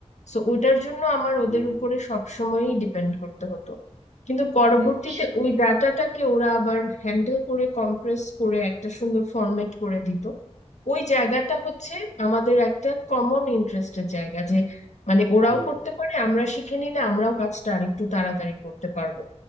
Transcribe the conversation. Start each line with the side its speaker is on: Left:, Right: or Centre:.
Left: সো ওটার জন্য আমার
Right: হুম
Left: ওদের উপরে সব সময়ই ডিপেন্ড করতে হতো কিন্তু পরবর্তীতে
Right: আচ্ছা
Left: ওই ডাটাটাকে ওরা আবার হ্যান্ডেল করে কম্প্রেস করে একটা সুন্দর ফরম্যাট করে দিত ওই জায়গাটা হচ্ছে আমাদের একটা কমন ইন্টারেস্টের জায়গা যে মানে ওরাও
Right: হুম
Left: করতে পারে আমরা শিখে নিলে আমরাও কাজটা আরেকটু তাড়াতাড়ি করতে পারবো